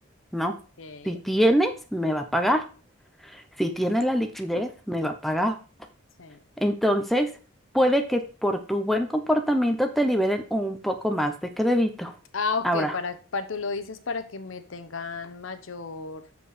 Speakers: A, in the centre; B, on the left.
A: ¿no?
B: Ok.
A: Si tienes, me va a pagar. Si tiene la liquidez, me va a pagar.
B: Sí.
A: Entonces, puede que por tu buen comportamiento te liberen un poco más de crédito.
B: Ah, ok,
A: Ahora
B: para, para, tú lo dices para que me tengan mayor